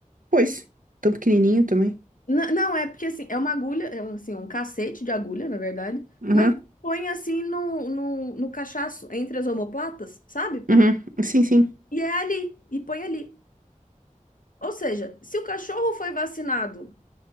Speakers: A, on the right; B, on the left.
A: Pois, tão pequenininho também.
B: N- Não, é porque assim, é uma agulha, é um, assim, um cacete de agulha, na verdade,
A: Uhum,
B: mas põe assim no, no, no cachaço, entre as omoplatas, sabe?
A: uhum, sim, sim.
B: E é ali, e põe ali. Ou seja, se o cachorro foi vacinado,